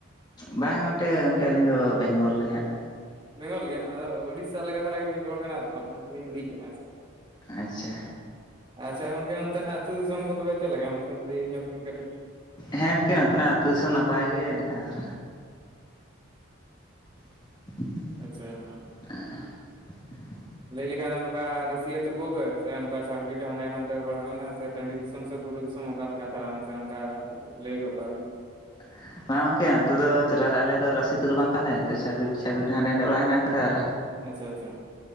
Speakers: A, on the left (about 20°); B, on the right (about 25°).
A: ᱵᱟᱝ ᱚᱱᱛᱮ ᱜᱚᱝᱠᱮ ᱟᱹᱞᱤᱧ ᱫᱚ ᱵᱮᱝᱜᱚᱞ ᱨᱮ ᱦᱟᱸᱜ᱾
B: ᱵᱮᱝᱜᱚᱞ ᱜᱮᱭᱟ ᱟᱫᱚ ᱩᱲᱤᱥᱟ ᱞᱮᱠᱟ ᱫᱷᱟᱨᱟ ᱜᱮᱵᱤᱱ ᱨᱚᱲ ᱠᱟᱱᱟ ᱛᱚ ᱚᱱᱟ ᱛᱮᱞᱤᱧ ᱞᱟᱹᱭ ᱮᱫᱼᱟ ᱦᱮᱸ ᱥᱮ᱾
A: ᱟᱪᱪᱷᱟ
B: ᱟᱪᱪᱷᱟ ᱜᱚᱝᱠᱮ ᱚᱱᱛᱮᱱᱟᱜ ᱟᱹᱛᱩ ᱫᱤᱥᱚᱢ ᱠᱚ ᱛᱚᱵᱮ ᱪᱮᱫ ᱞᱮᱠᱟ ᱢᱟᱥᱮ ᱞᱟᱹᱭᱟᱹ ᱧᱚᱜ ᱵᱮᱱ ᱠᱟᱹᱴᱤᱡ?
A: ᱦᱮᱸ ᱜᱚᱝᱠᱮ ᱱᱚᱛᱮᱱᱟᱜ ᱟᱹᱛᱩ ᱫᱤᱥᱚᱢ ᱱᱟᱯᱟᱭ ᱜᱮ ᱟᱨ <inaudible>
B: ᱟᱪᱪᱷᱟ ᱟᱪᱪᱷᱟ᱾
A: <unintelligible>
B: ᱞᱟᱹᱭ ᱞᱮᱠᱷᱟᱡ ᱫᱚ ᱱᱚᱝᱠᱟ ᱨᱟᱹᱥᱤ ᱟᱛᱩ ᱠᱚᱜᱮ ᱥᱮ ᱱᱚᱝᱠᱟ ᱪᱷᱟᱴᱵᱤᱴ ᱦᱟᱸᱰᱮ ᱱᱟᱰᱮ ᱚᱲᱟᱜ ᱢᱮᱱᱟᱜᱼᱟ ᱥᱮ ᱴᱟᱺᱰᱤ ᱫᱤᱥᱚᱢ ᱥᱮ ᱵᱩᱨᱩ ᱫᱤᱥᱚᱢ ᱚᱠᱟᱮ ᱞᱮᱠᱟ ᱫᱷᱟᱨᱟ ᱢᱟᱥᱮ ᱚᱱᱠᱟ ᱞᱟᱹᱭ ᱜᱚᱫ ᱠᱟᱜ ᱵᱤᱱ᱾
A: <inaudible> ᱵᱟᱝ ᱜᱚᱝᱠᱮ ᱱᱚᱛᱮ ᱫᱚ ᱪᱚᱨᱟ ᱟᱞᱮ ᱫᱚ ᱨᱟᱹᱥᱤ ᱟᱹᱛᱩ ᱫᱚ ᱵᱟᱝ ᱠᱟᱱᱟᱞᱮ, ᱱᱚᱛᱮ ᱪᱷᱟᱰ-ᱵᱤᱴ ᱪᱷᱟᱰ-ᱵᱤᱴ ᱦᱟᱸᱰᱮ ᱱᱟᱸᱰᱮ ᱚᱲᱟᱜ ᱦᱮᱱᱟᱜ ᱟᱠᱟᱫᱟ ᱟᱨ
B: ᱟᱪᱪᱷᱟ ᱟᱪᱪᱷᱟ